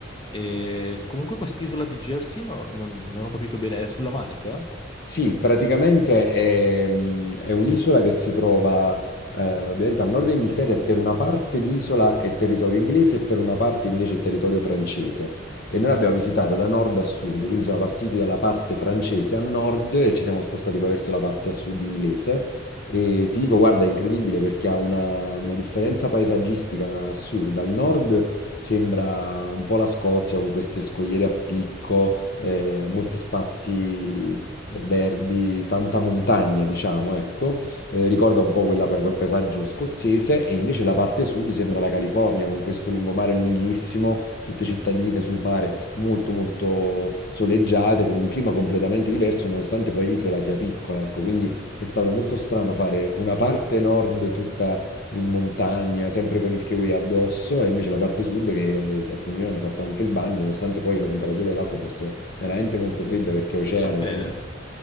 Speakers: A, on the left; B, on the left.
A: E comunque quest'isola di Jersey no- non, non ho capito bene, è sulla Manica?
B: Sì, praticamente è, mm, è un'isola che si trova eh, ovviamente al nord dell'Inghilterra e per una parte di isola è territorio inglese e per una parte invece è territorio francese. E noi l'abbiamo visitata da nord a sud, quindi siamo partiti dalla parte francese a nord e ci siamo spostati poi verso la parte a sud inglese. E ti dico, guarda, è incredibile perché ha una, una differenza paesaggistica assurda. Al nord sembra un po' la Scozia con queste scogliere a picco eh, molti spazi eh, verdi, tanta montagna, diciamo, ecco. Eh, ricorda un po' quella pa- quel paesaggio scozzese e invece la parte sud sembra la California con questo lungomare lunghissimo, tutte cittadine sul mare molto molto soleggiate, con un clima completamente diverso nonostante poi l'isola sia piccola, ecco, quindi è stato molto strano fare una parte nord tutta in montagna, sempre con il kiwi addosso, e invece la parte sud che alcuni di noi hanno fatto anche il bagno, nonostante poi la temperatura dell'acqua fosse veramente molto fredda perché è oceano,
A: Beh,
B: quindi